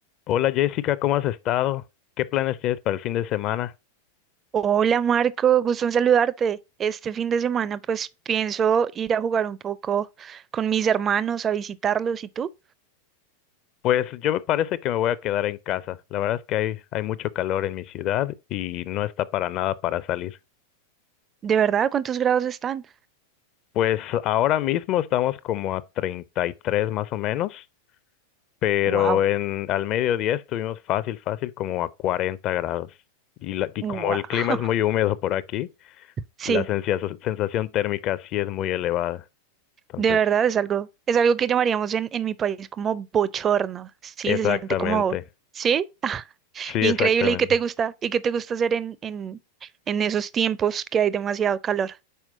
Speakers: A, on the left; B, on the right.
A: Hola Jessica, ¿cómo has estado? ¿Qué planes tienes para el fin de semana?
B: Hola Marco, gusto en saludarte. Este fin de semana pues pienso ir a jugar un poco con mis hermanos, a visitarlos. ¿Y tú?
A: Pues yo me parece que me voy a quedar en casa. La verdad es que hay, hay mucho calor en mi ciudad y no está para nada para salir.
B: ¿De verdad cuántos grados están?
A: Pues ahora mismo estamos como a 33 más o menos, pero
B: Wow,
A: en al mediodía estuvimos fácil, fácil como a 40 grados. Y, la- y
B: wow.
A: como el clima es
B: <laughs>
A: muy húmedo por aquí,
B: Sí,
A: la sensia- sensación térmica sí es muy elevada. Entonces,
B: de verdad es algo, es algo que llamaríamos en, en mi país como bochorno. Sí,
A: exactamente.
B: se siente como, sí, <laughs>
A: Sí,
B: increíble.
A: exactamente.
B: ¿Y qué te gusta? ¿Y qué te gusta hacer en, en, en esos tiempos que hay demasiado calor?